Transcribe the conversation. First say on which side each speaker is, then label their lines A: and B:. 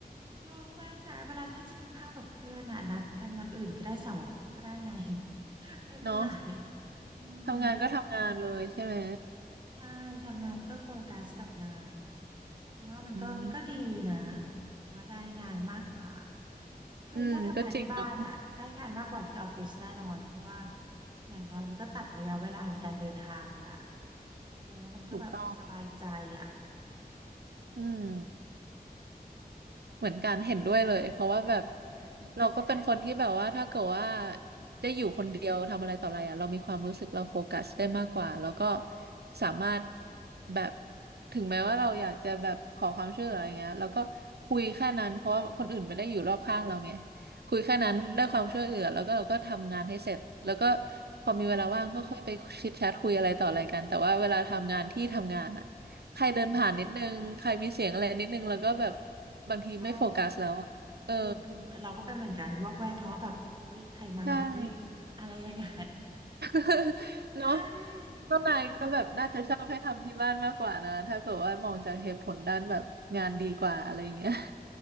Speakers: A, on the right; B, on the right.
A: ก็ไม่นะเวลาถ้าจะกินข้าวกับเพื่อนอ่ะนัดกันวันอื่นก็ได้เสาร์อาทิตย์ก็ได้ไง <laughs> ไม่เป็นไร
B: เนาะ
A: อืม
B: ทำงานก็ทำงานเลยใช่ไหม
A: ใช่ทำงานก็โฟกัสกับงานเพราะว่ามันก็มันก็ดีนะ
B: อืม
A: ว่าได้งานมากกว่า คือถ้าทำงานที่บ้านอ่ะได้งานมากกว่าที่ออฟฟิศแน่นอนเพราะว่า
B: อืมก็จริงเนาะ
A: อย่างน้อยมันก็ตัดระยะเวลาในการเดินทางไปละเออแล้วมันก็แบบสบายใจอ่ะ
B: ถูกต้องอืม เหมือนกันเห็นด้วยเลยเพราะว่าแบบ
A: อือหื
B: เราก็เป็นคนที่แบบว่าถ้าเกิดว่าได้อยู่คนเดียวทำอะไรต่ออะไรอ่ะเรามีความรู้สึกเราโฟกัสได้มากกว่าแล้วก็สามารถแบบถึงแม้ว่าเราอยากจะแบบขอความช่วยเหลืออะไรเงี้ยเราก็คุยแค่นั้นเพราะว่าคนอื่นไม่ได้อยู่รอบข้างเราไงคุยแค่นั้นได้ความช่วยเหลือแล้วก็เราก็ทำงานให้เสร็จแล้วก็พอมีเวลาว่างก็ค่อยไปชิดแชทคุยอะไรต่ออะไรกันแต่ว่าเวลาทำงานที่ทำงานอ่ะ
A: อืม
B: ใครเดินผ่านนิดนึง
A: อืม
B: ใครมีเสียงอะไรนิดนึง แล้วก็แบบบางทีไม่โฟกัสแล้วอ่ะเออ
A: ใช่ถูกถูกเราก็เป็นเหมือนกันวอกแวกแล้วว่าแบบเอ้ยใครมาเอ้ย
B: ใช่
A: อะไรยังไง
B: <laughs> เนาะ
A: <laughs> ใช่จริงจริง
B: ก็นายก็แบบน่าจะชอบให้ทำที่บ้านมากกว่านะถ้าเกิดว่ามองจากเหตุผลด้านแบบงานดีกว่าอะไรอย่างเงี้ย